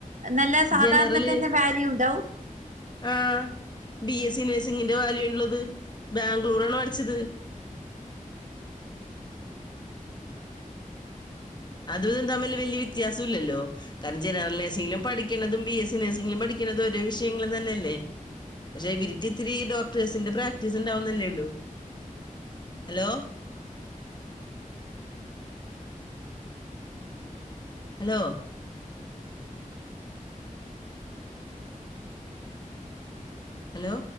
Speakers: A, on the right (about 60°); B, on the left (about 30°).
A: നല്ല സാധാരണത്തന്നെ
B: ജനറല്
A: വാല്യൂ ഉണ്ടാവും?
B: ആ ബി എസ് സി നേഴ്സിങ്ങിന്റെ വാല്യുള്ളത് ബാംഗ്ലൂരാണ് പഠിച്ചത് അത്‌തും തമ്മില് വല്യ വ്യത്യാസല്ലല്ലോ കാരണം ജനറൽ നേഴ്സിങ്ങിലും പഠിക്കണതും ബി എസ് സി നേഴ്സിങ്ങിലും പഠിക്കണതും ഒരേ വിഷയങ്ങളെന്നെയല്ലേ പക്ഷെ ഇവർക്ക് ഇത്തിരി ഡോക്ടേഴ്സിന്റെ പ്രാക്ടീസ് ഇണ്ടാവുന്നല്ലേള്ളു ഹലോ ഹലോ ഹലോ